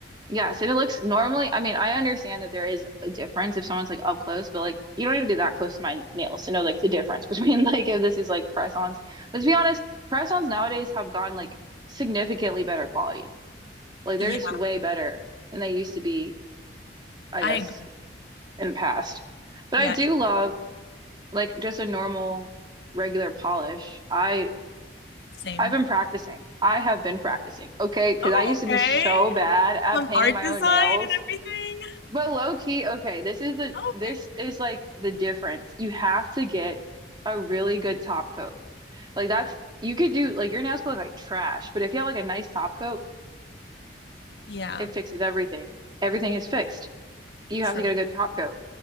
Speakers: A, on the right; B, on the left.
A: Yes, and it looks normally, I mean, I understand that there is a difference if someone's like up close, but like you don't need to be that close to my nails to know like the difference <laughs> between like if this is like press-ons. But to be honest, press-ons nowadays have gotten like significantly better quality. Like
B: Yeah,
A: they're just way better than they used to be, I
B: I
A: guess,
B: agree.
A: in the past. But
B: Yeah,
A: I do
B: it's
A: love like just a normal regular polish. I
B: the same.
A: I've been practicing. I have been practicing. Okay, because
B: Oh,
A: I used to be
B: okay.
A: so bad at
B: Some
A: painting
B: art
A: my
B: design
A: own nails.
B: and everything.
A: But low key, okay, this is the
B: Okay.
A: this is like the difference. You have to get a really good top coat. Like that's you could do like your nails could look like trash, but if you have like a nice top coat,
B: Yeah,
A: it fixes everything. Everything is fixed. You
B: true.
A: have to get a good top coat.